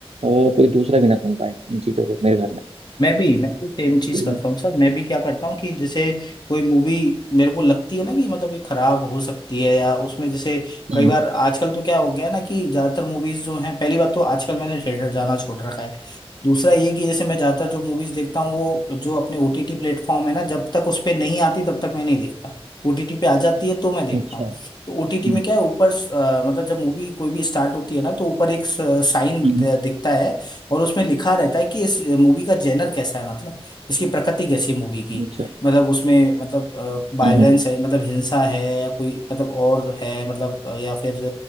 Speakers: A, on the right; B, on the left.
A: और कोई दूसरा भी ना सुन पाए इन चीज़ों को मेरे घर में
B: मैं भी मैं भी सेम चीज
A: हम्म
B: करता हूँ सर मैं भी क्या करता हूँ कि जैसे कोई मूवी मेरे को लगती है ना कि मतलब ये खराब हो सकती है या उसमें जैसे
A: हम्म,
B: कई बार आजकल तो क्या हो गया है ना कि ज्यादातर मूवीज जो हैं पहली बात तो आजकल मैंने थिएटर जाना छोड़ रखा है दूसरा ये कि जैसे मैं ज्यादातर जो मूवीज देखता हूँ वो जो अपने ओटीटी प्लेटफॉर्म है ना जब तक उस पे नहीं आती तब तक मैं नहीं देखता ओटीटी पे आ जाती है तो मैं देखता
A: अच्छा
B: हूँ तो ओटीटी
A: हम्म
B: में क्या है ऊपर अ, मतलब जब मूवी कोई भी स्टार्ट होती है ना तो ऊपर एक साइन
A: हम्म,
B: दिखता है और उसमें लिखा रहता है कि इस मूवी का जेनर कैसा है मतलब इसकी प्रकृति कैसी है मूवी की
A: अच्छा
B: मतलब उसमें मतलब वायलेंस
A: हम्म
B: है मतलब हिंसा है या कोई मतलब और है मतलब अ, या फिर